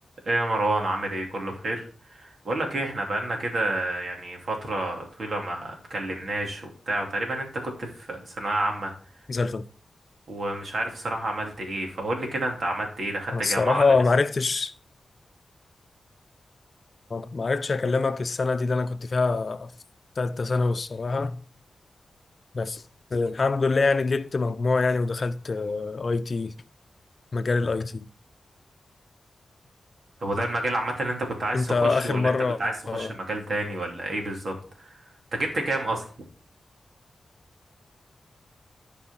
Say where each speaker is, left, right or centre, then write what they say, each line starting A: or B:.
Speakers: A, on the right; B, on the left.
A: ايه يا مروان عامل ايه كله بخير بقول لك ايه احنا بقالنا كده يعني فترة طويلة ما اتكلمناش وبتاع وتقريبا انت كنت في ثانوية عامة
B: زي الفل
A: ومش عارف صراحة عملت ايه فقول لي كده انت عملت ايه دخلت
B: انا الصراحه
A: جامعة ولا لسه
B: ما عرفتش ما عرفتش اكلمك السنه دي اللي انا كنت فيها في ثالثه ثانوي الصراحه بس الحمد لله يعني جبت مجموع يعني ودخلت آه، اي تي مجال الاي تي
A: طب وده المجال عامة اللي انت كنت عايز
B: انت
A: تخشه
B: اخر
A: ولا
B: مره
A: انت كنت عايز تخش
B: آه،
A: مجال تاني ولا ايه بالظبط انت جبت كام اصلا ما